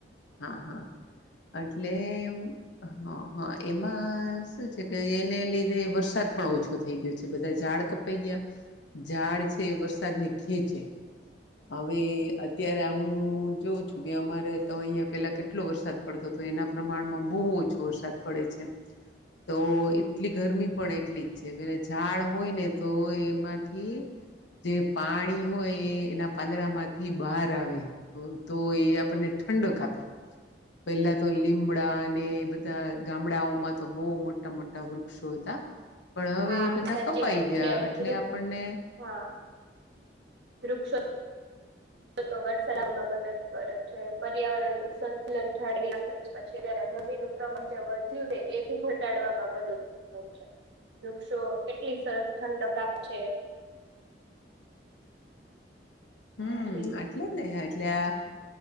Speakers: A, on the left; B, on the right.
A: હા, હા એટલે હા, હા એમાં શું છે, કે એને લીધે વરસાદ પણ ઓછો થઈ ગયો છે. બધા ઝાડ કપાઈ ગયા ઝાડ છે, વરસાદ ને ખેંચે હવે અત્યારે હું, જોઉ છું, કે અમારે તો અહિયાં પેલા કેટલો વરસાદ પડતો તો એના પ્રમાણમાં બહુ, ઓછો વરસાદ પડે છે. તો એટલી ગરમી પણ એટલી જ છે. કદેજ ઝાડ હોય ને તો એમાંથી જે પાણી હોય એ એના પાંદડામાંથી બહાર આવે વો તો એ આપણને ઠંડો કાપે. પેલા તો લીમડા ને બધ ધા ગામડાઓમાં તો બહુ મોટા મોટા વૃક્ષો હતા પણ
B: હા
A: હવે એ બધા
B: સાચી
A: કપાઈ
B: વાત
A: ગયા
B: છે
A: એટલે
B: વૃક
A: આપણને
B: હા વૃક્ષો તો વરસાલાવામાં મદદ કરે છે. પર્યાવરણ નું સંતુલન જાળવી રાખે છે છી <inaudible> ગરમી નું પ્રમણ જે વધ્યું છે એબી ઘટાડવામાં બધું <inaudible> વૃક્ષો કેટલી સરસ ઠંડક આપ છે.
A: હમ્મ
B: પછી
A: આટલે ને એટલે આ